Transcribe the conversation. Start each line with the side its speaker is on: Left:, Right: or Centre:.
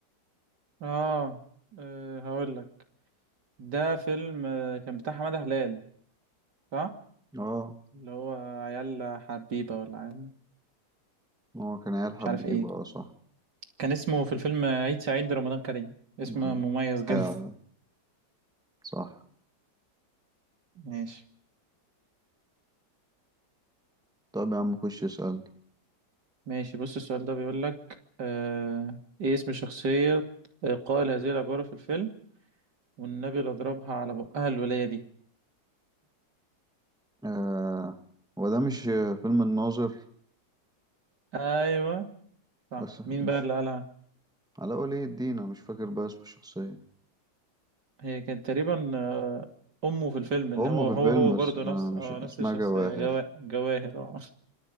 Right: اه, آه هقول لك ده فيلم آه، كان بتاع حماده هلال صح
Centre: اه
Right: اللي هو عيال حبيبه ولا عيال
Centre: هو كان عيال حبيبة
Right: مش عارف ايه
Centre: اه صح
Right: كان اسمه في الفيلم عيد سعيد رمضان كريم اسم
Centre: أيوة.
Right: مميز جدا
Centre: آه صح
Right: <laughs> ماشي
Centre: طب يا عم خش اسألني
Right: ماشي بص السؤال ده بيقول لك آه ايه اسم شخصية آه، قائل هذه العبارة في الفيلم والنبي اللي ضربها على بقها الولاية دي
Centre: آه هو ده مش فيلم الناظر
Right: ايوه صح
Centre: بس
Right: مين
Centre: مش
Right: بقى اللي قالها
Centre: علاء ولي الدين انا مش فاكر بقى اسم الشخصية
Right: هي كانت تقريبا آه امه في الفيلم اللي
Centre: هم
Right: هو
Centre: في
Right: هو
Centre: الفيلم
Right: هو برضه
Centre: بس
Right: نفس
Centre: انا مش
Right: اه
Centre: اسمها
Right: نفس الشخصية
Centre: جواهر
Right: جوا... جواهر اه